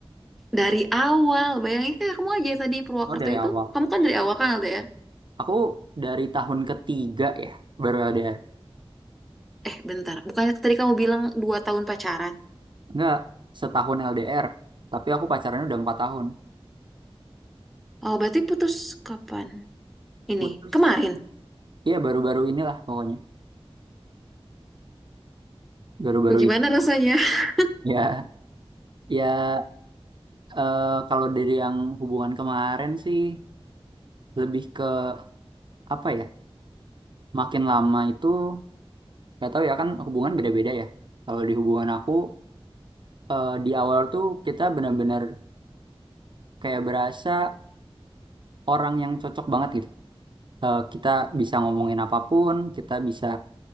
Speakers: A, in the centre; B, on the right.
A: dari awal bayangin kayak kamu aja yang tadi Purwakarta
B: Oh, dari awal.
A: itu kamu kan dari awal kan LDR
B: Aku dari tahun ketiga ya baru LDR.
A: eh bentar bukannya tadi kamu bilang dua tahun pacaran
B: Enggak, setahun LDR. Tapi aku pacarannya udah empat tahun.
A: oh berarti putus kapan ini
B: Putus.
A: kemarin
B: Iya baru-baru inilah pokoknya. Baru-baru
A: gimana
B: ini.
A: rasanya <laughs>
B: Ya, ya eh, kalau dari yang hubungan kemarin sih lebih ke apa ya? Makin lama itu nggak tahu ya kan hubungan beda-beda ya. Kalau di hubungan aku eh, di awal tuh kita benar-benar kayak berasa orang yang cocok banget gitu. Eh, kita bisa ngomongin apapun, kita bisa